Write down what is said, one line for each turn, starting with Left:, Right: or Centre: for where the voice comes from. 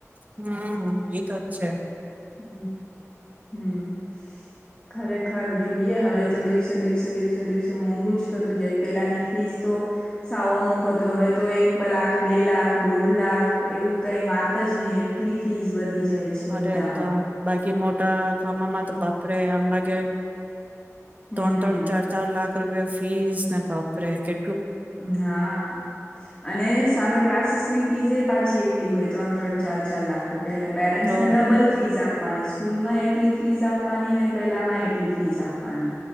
Right: હમ્મ એ તો છે.
Left: હમ્મ હમ્મ ખરેખર જોઈએ હવે તો દિવસે દિવસે દિવસે દિવસે મોંઘું જ થતું જાય પેલાની ફીસ તો સાવ અમુક હતું હવે તો એક લાખ, બે લાખ, દોઢ લાખ એવું કઈ વાત જ નહી એટલી ફીસ વધી. જાય છે બધ
Right: અરે તો. કે મો. તા કામમાં તો બાપરે આમ લા કે. ત્રણ,
Left: હમ
Right: ત્રણ, ચાર, ચાર લાખ રૂપિયા ફીસ ને બાપરે કે
Left: હા અને સામે ક્લાસીસ ની ફીસ એ પાછી એટલી હોય ત્રણ ત્રણ ચાર ચાર લાખ રૂપિયા એટલે પેરેન્ટ્સ
Right: તો
Left: ને ડબલ ફીસ આપ આપવાની સ્કૂલમાં એટલી ફીસ આપવાની ને પેલામાં એટલી ફીસ આપવાની.